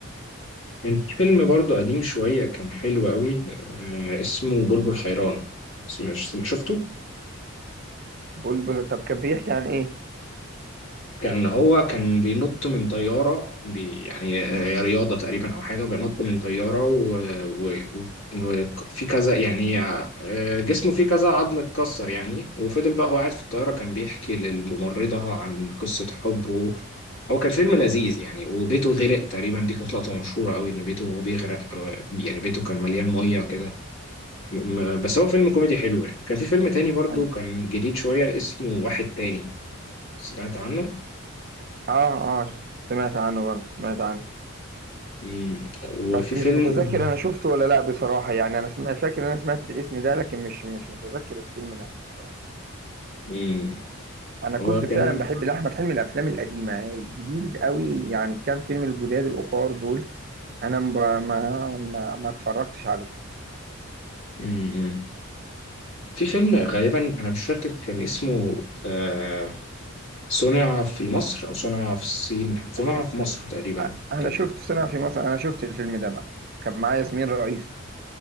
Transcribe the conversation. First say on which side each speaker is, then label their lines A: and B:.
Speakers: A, on the left; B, on the right.
A: كان في فيلم برضه قديم شوية كان حلو قوي آه، اسمه بلبل حيران بس مش شفته
B: بلبل طب كان بيحكي عن ايه
A: كان هو كان بينط من طيارة بي يعني آه، رياضة تقريبا أو حاجة بينط من طيارة وفي و... و... و- في كذا يعني آه، جسمه فيه كذا عظم اتكسر يعني وفضل بقى هو قاعد في الطيارة كان بيحكي للممرضة عن قصة حبه هو كان فيلم لذيذ يعني وبيته غرق تقريبا دي كانت لقطة مشهورة قوي إن بيته بيغرق آه، يعني بيته كان مليان مية كده م- بس هو فيلم كوميدي حلو يعني كان في فيلم تاني برضو
B: عن
A: كان جديد شوية اسمه واحد تاني سمعت عنه
B: اه اه سمعت عنه برضه سمعت عنه
A: مم. وفي
B: بس مش
A: فيلم
B: متذكر انا شفته ولا لا بصراحة يعني انا سمعت فاكر إن انا سمعت الاسم ده لكن مش مش متذكر الفيلم نفسه بصراحة
A: مم.
B: انا
A: هو
B: كنت
A: كان
B: فعلا بحب لاحمد حلمي الافلام القديمة الجديد قوي يعني كام فيلم الجداد الاخار دول انا مب- ما ما ما اتفرجتش عليهم
A: مم. في فيلم غالبا أنا مش فاكر كان اسمه آه صنع في مصر أو صنع في الصين صنع
B: ايوه
A: في مصر تقريبا
B: أ- انا
A: كان
B: شفت سنة في مصر انا شفت الفيلم ده بقى كان معايا ياسمين رئيس